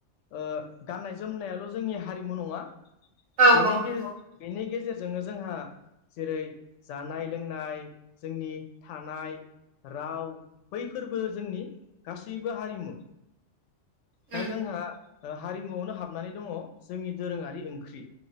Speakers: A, on the left; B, on the right.
A: ओ गाननाय जोमनायाल' जोंनि हारिमु नङा
B: औ
A: बेनि
B: औ नंगौ
A: गेजेरजों बेनि गेजेरजोंनो जोंहा जेरै जानाय लोंनाय जोंनि थानाय राव बैफोरबो जोंनि गासैबो हारिमु दा
B: उम
A: जोंहा हारिमुआवनो हाबनानै दङ जोंनि दोरोङारि ओंख्रि